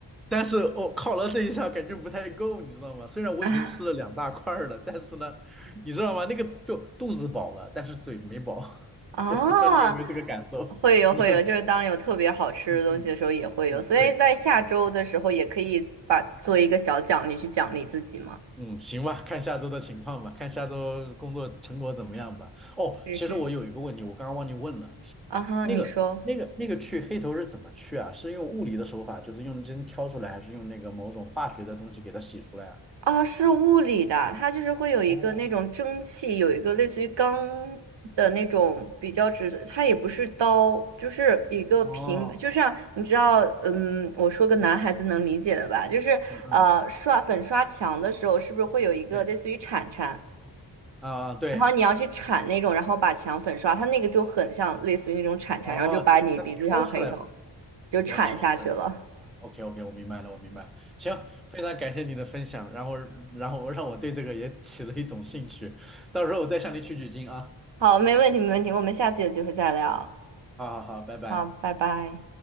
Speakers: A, in the centre; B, on the right.
A: 但是我、哦、犒劳这一下感觉不太够，你知道吗？虽然我已经吃了两大块儿了，
B: <laughs>
A: 但是呢，你知道吗？那个就肚子饱了，但是嘴没饱。<laughs>
B: 啊，
A: 我不知道你有没有这个感受，
B: 会有会有，
A: 你有？
B: 就是当有特别好吃的东西的时候也会有，
A: 嗯嗯嗯，
B: 所以在下周的时候也可以把做一个小奖励去奖励自己嘛。
A: 对。嗯，行吧，看下周的情况吧，看下周工作成果怎么样吧。哦，
B: 是是。
A: 其实我有一个问题，我刚刚忘记问了。
B: 啊哈，
A: 那个那个那个去黑头是怎么去啊？
B: 你说。
A: 是用物理的手法，就是用针挑出来，还是用那个某种化学的东西给它洗出来啊？
B: 啊，是物理的，它就是会有一个那种蒸汽，
A: 哦
B: 有一个类似于钢的那种比较直，它也不是刀，就是一个平，
A: 哦，
B: 就像你知道，嗯，我说个男孩子能理解的吧，就是呃，
A: 嗯嗯，
B: 刷粉刷墙的时候，是不是会有一个类似于铲铲，
A: 对啊对，
B: 然后你要去铲那种，然后把墙粉刷，它那个就很像类似于那种铲铲，
A: 哦，
B: 然后就把你鼻子上的黑头
A: 就给它挑出来，
B: 就铲下去了。
A: 给它挑出来。OK OK，我明白了，我明白了。行，非常感谢你的分享，然后然后让我对这个也起了一种兴趣，到时候我再向你取取经啊。
B: 好，没问题，没问题，我们下次有机会再聊
A: 好好好，拜拜。
B: 好，拜拜。